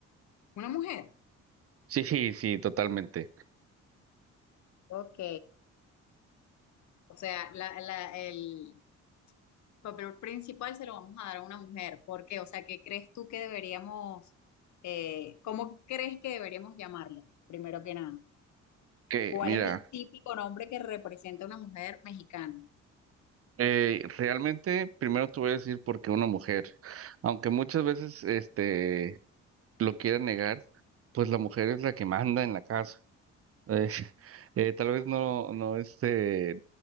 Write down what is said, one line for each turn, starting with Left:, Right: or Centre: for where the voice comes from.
Left: Una mujer.
Right: Sí, sí, sí, totalmente.
Left: Ok, o sea, la, la- el, el papel principal se lo vamos a dar a una mujer. ¿Por qué? O sea, ¿qué crees tú que deberíamos, eh, cómo crees que deberíamos llamarla, primero que nada?
Right: Que
Left: ¿Cuál
Right: mira,
Left: es el típico nombre que representa una mujer mexicana?
Right: eh, realmente primero te voy a decir por qué una mujer, aunque muchas veces este lo quieran negar, pues la mujer es la que manda en la casa. Eh, <laughs> eh, tal vez no, no este